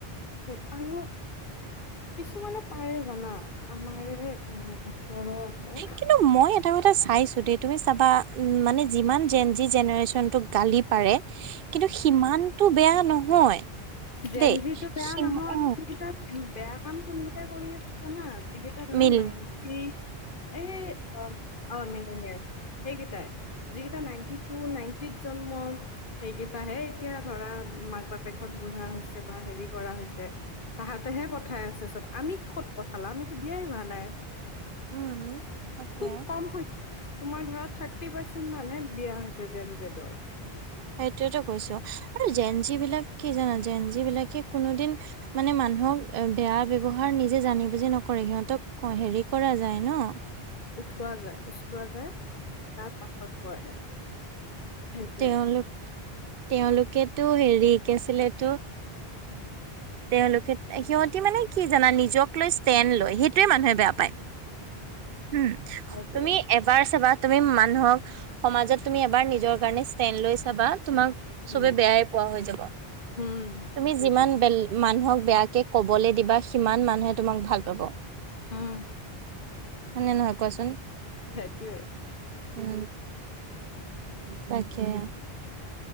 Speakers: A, on the left (about 55°); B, on the right (about 65°).
A: কোন আৰু কিছুমানে পাৰে জানা আমাৰে উম উত্তৰৰ আছে।
B: কিন্তু মই এটা কথা চাইছো দ তুমি চাবা উ মানে যিমান যেন যি জেনেৰেশচন টোক গালি পাৰে। কিন্তু সিমানতটো বেয়া নহয়।
A: জেনজিটো
B: দেই।
A: বেয়া
B: সি
A: নহত
B: অ
A: ককেইটা বেয়া কাম কোনকটাই কৰি আছে জানা নাইটা ধয়
B: মিল
A: নাইনটি এ অ', অ' ম। সেইকেইটাই যিিকেইটা নাইনটি টু নাইনটিিত জন্ম সেইকেইটাহে এতিয়া ধৰা মাক বাপেকত বুঢ়া হৈছে বা হেৰি কৰা হৈছে তাহাঁতেহে পঠাই আছে চত আমি কত পঠালো আমিতো বিয়াই হোৱা নাই
B: উম সেইটোৱে।
A: খুব কম হয় তোমাৰ ধৰা থাৰ্টি পাৰ্চেন্ট মানে বিয়া হৈছে জেন জেদৰ
B: সেইটোৱেইটো কৈছোঁ। আৰু, জেন যি বিলাক, কি জানা, জেন যি বিলাকে, কোনোদিন মানে, মানুহক বেয়া ব্যৱহাৰ, নিজে জানি-বুজি নকৰে। সিহঁতক, হেৰি কৰা যায়, ন
A: উঠোৱা যায়, উচোৱা যায়। তাৰ পাছত, কৰে। সেইটোৱে
B: তেওঁলোক-তেওঁলোকেতো, হেৰি, কি আছিলে এইটো তেওঁলোকে, সিহঁতি, মানে, কি জানা, নিজক লৈ ষ্টেণ্ড লয়। সেইটোৱেই, মানুহে বেয়া পায়। <inaudible> উম,
A: সেইটোৱে
B: তুমি এবাৰ চাবা, তুমি। মানুহক, সমাজত, তুমি এবাৰ নিজৰ কাৰণে ষ্টেণ্ড লৈ চাবা। তোমাক চবে,
A: উম
B: বেয়াই পোৱা হৈ যাব।
A: উম
B: তুমি
A: সেইটোৱে
B: যিমান, বেল মানুহক বেয়াকে ক'বলৈ দিবা। সিমান, মানুহে তোমাক ভাল পাব।
A: অঁ।
B: হয়েনে, নহয়? কোৱাচোন।
A: সেইটোৱে
B: উম, তাকে।